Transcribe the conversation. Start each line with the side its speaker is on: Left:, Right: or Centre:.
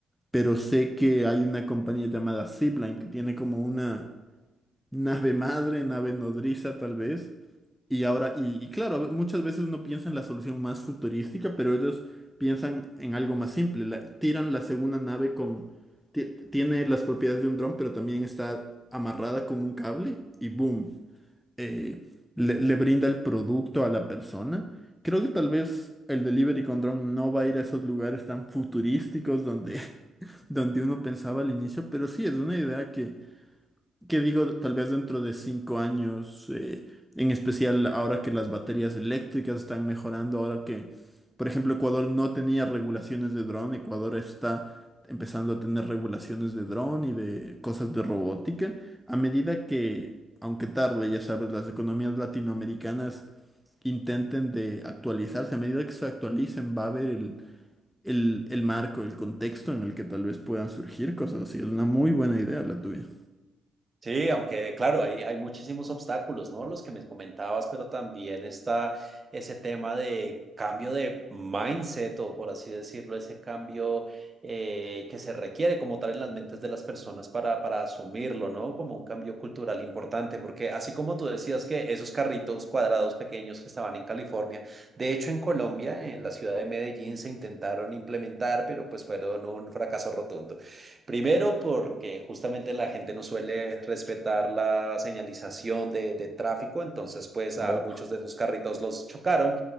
Centre: pero sé que hay una compañía llamada Zipline que tiene como una nave madre, nave nodriza tal vez, y ahora, y, y claro, muchas veces uno piensa en la solución más futurística, pero ellos piensan en algo más simple. La- tiran la segunda nave con... ti- Tiene las propiedades de un dron, pero también está amarrada con un cable y boom. eh, le, le brinda el producto a la persona. Creo que tal vez el delivery con dron no va a ir a esos lugares tan futurísticos donde, <laughs> donde uno pensaba al inicio, pero sí es una idea que que digo, tal vez dentro de cinco años, eh, en especial ahora que las baterías eléctricas están mejorando, ahora que, por ejemplo, Ecuador no tenía regulaciones de dron, Ecuador está empezando a tener regulaciones de dron y de cosas de robótica, a medida que, aunque tarde, ya sabes, las economías latinoamericanas intenten de actualizarse, a medida que se actualicen va a haber el, el, el marco, el contexto en el que tal vez puedan surgir cosas así. Es una muy buena idea la tuya.
Right: Sí, aunque claro, hay, hay muchísimos obstáculos, ¿no? Los que me comentabas, pero también está ese tema de cambio de mindset o por así decirlo, ese cambio eh, que se requiere como tal en las mentes de las personas para, para asumirlo, ¿no? Como un cambio cultural importante, porque así como tú decías que esos carritos cuadrados pequeños que estaban en California, de hecho en Colombia, en la ciudad de Medellín, se intentaron implementar, pero pues fueron un fracaso rotundo. Primero, porque justamente la gente no suele respetar la señalización de, de tráfico, entonces pues
Centre: Oh,
Right: a muchos de esos carritos los chocaron